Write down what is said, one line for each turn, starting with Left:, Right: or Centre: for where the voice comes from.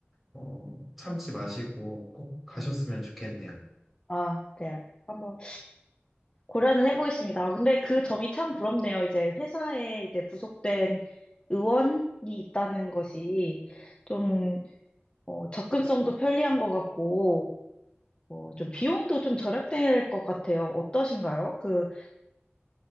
Centre: 어, 참지 마시고 꼭 가셨으면
Left: 네.
Centre: 좋겠네요.
Left: 아, 네. 한번 고려는 해보겠습니다. 아, 근데 그 점이 참 부럽네요. 이제 회사에 이제 부속된 의원이 있다는 것이 좀 어, 접근성도 편리한 것 같고 어, 좀 비용도 좀 절약될 것 같아요. 어떠신가요? 그